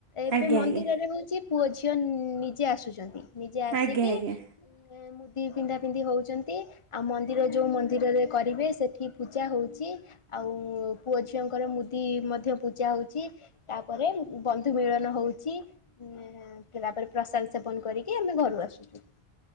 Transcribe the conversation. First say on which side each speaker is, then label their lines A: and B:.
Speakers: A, on the left; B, on the right.
A: ଏବେ
B: ଆଜ୍ଞା
A: ମନ୍ଦିରରେ
B: ଆଜ୍ଞା
A: ହଉଛି। ପୁଅ ଝିଅ ନିଜେ ଆସୁଛନ୍ତି ନିଜେ ଆସିକି।
B: ଆଜ୍ଞା ଆଜ୍ଞା।
A: ମୁଦି ପିନ୍ଧା ପିନ୍ଧି ହଉଛନ୍ତି ଆଉ ମନ୍ଦିର ଯୋଉ ମନ୍ଦିରରେ। କରିବେ ସେଠି ପୂଜା ହଉଛି। ଆଉ ପୁଅ ଝିଅଙ୍କର ମୁଦି ମଧ୍ୟ ପୂଜା ହଉଛି। ତାପରେ ବନ୍ଧୁ ମିଳନ ହଉଛି। ତା ପରେ ପ୍ରସାଦ ସେବନ କରିକି ଆମେ ଘରୁ ଆସୁଛୁ।